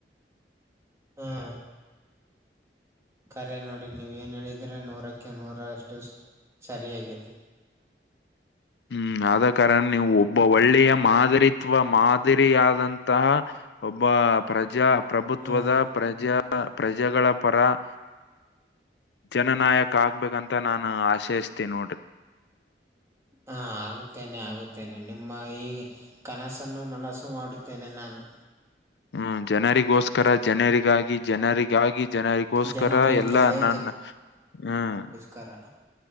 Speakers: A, on the right; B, on the left.
A: ಹಾ- ಕರೆ ನೋಡಿ ನೀವ ಏನ್ ಹೇಳಿದ್ರೆ ನೂರಕ್ಕೆ ನೂರಷ್ಟು ಸರಿಯಾಗಿದೆ.
B: ಹ್ಮ್ ಆದ ಕಾರಣ ನೀವು ಒಬ್ಬ ಒಳ್ಳೆಯ ಮಾದರಿತ್ವ ಮಾದರಿಯಾದಂತಹ- ಒಬ್ಬ ಪ್ರಜಾ ಪ್ರಭುತ್ವದ
A: ಹ್ಮ್
B: ಪ್ರಜಾ ಪ್ರಜೆಗಳ ಪರ- ಜನನಾಯಕ ಆಗ್ಬೇಕಂತ ನಾನು ಆಶೆಸ್ತೀನಿ ನೋಡ್ರಿ-
A: ಹ ಆಗುತ್ತೇನೆ ಆಗುತ್ತೇನೆ ನಿಮ್ಮ ಈ ಕನಸನ್ನು ನನಸು ಮಾಡು- ತೆನೆ ನಾನು-
B: ಹ್ಮ್ ಜನರಿಗೋಸ್ಕರ ಜನರಿಗಾಗಿ ಜನರಿ- ಗಾಗಿ ಜನರಿಗೋಸ್ಕರ
A: ಜನರಿಂದಲೇ
B: ಎಲ್ಲಾ ನನ್ನ ಹ್ಮ-
A: ಕರ-